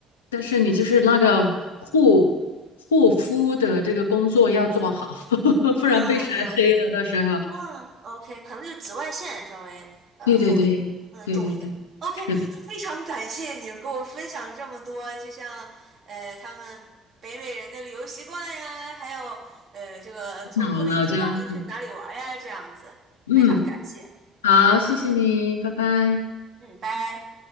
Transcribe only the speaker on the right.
嗯嗯。
嗯，OK，可能就是紫外线稍微呃厚一点，
嗯，重一点。OK，
<laughs> 非常感谢你给我分享这么多，就像呃他们北美人的旅游习惯呀，还有呃这个从昆明出发能去哪里玩呀，
这样子，
非常感谢。
嗯，拜。